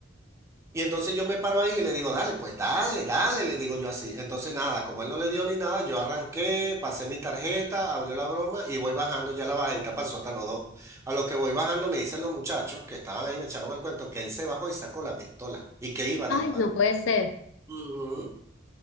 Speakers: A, on the right (about 15°); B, on the left (about 80°).
A: Y entonces yo me paro ahí y le digo, dale, pues dale, dale, le digo yo así. Entonces nada, como él no le dio ni nada, yo arranqué, pasé mi tarjeta, abrió la broma y voy bajando ya la bajadita para el sótano dos A lo que voy bajando, me dicen los muchachos que estaban ahí, me echaron el cuento, que él se bajó y sacó la pistola y que iba a
B: Ay,
A: disparar.
B: no puede ser. O
A: Ujú.